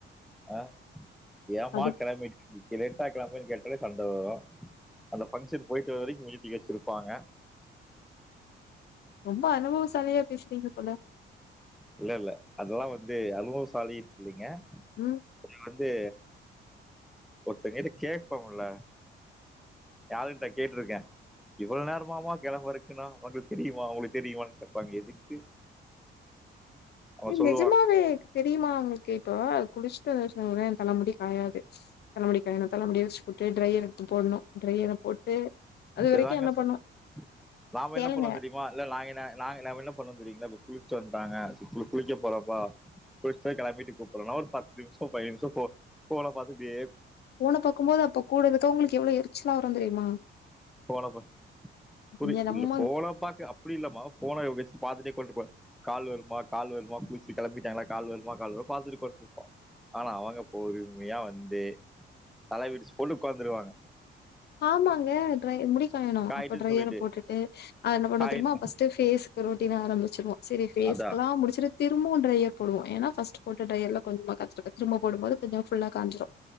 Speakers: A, in the centre; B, on the left (about 55°).
A: ஆ ஏமா
B: அது
A: கிளம்பிட்டு நிக்கிற லேட்டா கிளம் பனு கேட்டலே சண்ட வரு அந்த பங்ஷன் போயிட்டு வர வரைக் மூஞ்சியே தூக்கி வச்சிருப்பாங்க
B: ரொம்ப அனுபவசாலியா பேசுறீங்க போல
A: இல்ல இல்ல அதெல்லா வந்து அனுபவ சாலினு இல்லைங்க
B: ம்
A: அது வந்து ஒருத்தங்கிட்ட கேப்பமுல ஏ ஆள்கிட்ட கேட்டிருக்கே இவ்வளவு நேரமமா கிழம்பருக்கன்னு உங்களுக்கு தெரியுமா உங்களுக்கு தெரியுமனு கேட்பாங்க எதுக்கு அவங்க
B: ஏ
A: சொல்லுவாங்க
B: நெஜமா வே தெரியுமா உங்களுக்கு இப்ப குளிச்சு டு <unintelligible> தல முடி காயாது தலமுடிக்காயனு தலமுடிய விரிச்சு போட்டு ட்ரைய்யர் எடுத்து போடணு ட்ரையர போட்டு அது
A: இதுதாங்க
B: வரைக்கு என்ன
A: சத்
B: பண்ணு
A: நாம
B: கேளுங்க
A: என்ன பண்னுவேனு தெரியுமா இல்ல நா ந என்ன பண்ணுவ தெரியுங்களா குளிச்சுட்டு வந்துட்டாங்க குளிக்க போறப்பா குளிச்சுட்டு கிளம்பிட்டு கூப்பிடனு ஒரு பத்து நிமிஷ பதினைந்து நிமிஷ போன பாத்துட்டே
B: போன பாக்கு போது அப்போ கூட இருக்குறவங்களுக்கு எவ்ளோ எரிச்சலா வரு தெரியுமா
A: போன பாத் புரிய
B: இங்க நம்ம
A: இல்ல போன பாக்க அப்படி இல்லாமா போன இப்படி பாத்துட்டே கொண்டுருப்போ கால் வருமா கால் வருமா குளிசிட்டு கிளம்பிட்டாங்களா கால் வருமா கால் வருமா பாத்துட்டு உட்காந்து இருப்போ ஆனா அவங்க பொறுமையா வந்து தலவிரிச்சு போட்டு உட்காந்துருவாங்க
B: ஆமாங்க ட்ரை முடி காயனு
A: காயின்னு
B: அப்ப ட்ரையர
A: சொல்லிட்டு
B: போட்டுட்டு நா என்ன பண்ணுவ
A: காயின்
B: தெரியுமா ஃபஸ்ட்டு பேஸ்க்கு ரொட்டீன் ஆரம்பிச்சிருவோ செரி ஃபேஸ்குலா
A: அதா
B: முடிச்சிட்டு திரு ம்பவு ட்ரையர் போடுவோ ஏன்னா ஃபஸ்ட்டு போட்ட ட்ரையர்ல கொஞ்சமா காஞ்சிர்க்கு திரும்ப போடும்போது கொஞ்சொ ஃபுல்லா காஞ்சிரு